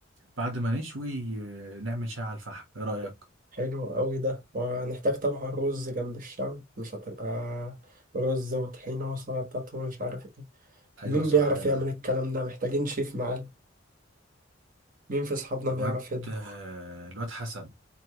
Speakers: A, on the right; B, on the right.
A: بعد ما نشوي آه، نعمل شاي على الفحم ايه رأيك
B: حلو أوي ده وهنحتاج طبعا رز جنب الشام مش هتبقى رز وطحينة وسلطات ومش عارف إيه
A: ايوه
B: مين
A: صح
B: بيعرف
A: يا جدع
B: يعمل الكلام ده محتاجين شيف معانا مين في أصحابنا
A: الواد
B: بيعرف يطبخ
A: آه، الواد حسن